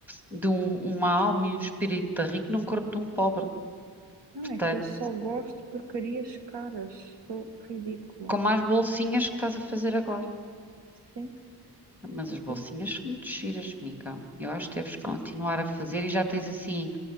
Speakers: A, in the centre; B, on the right.
A: de um, uma alma e um espírito de rico num corpo de um pobre.
B: Não,
A: Portanto,
B: é que eu só gosto de porcarias caras. Sou ridícula.
A: como as bolsinhas que estás a fazer agora.
B: Sim,
A: Mas
B: ridícula.
A: as bolsinhas são muito giras, amiga. Eu acho que deves continuar a fazer e já tens assim.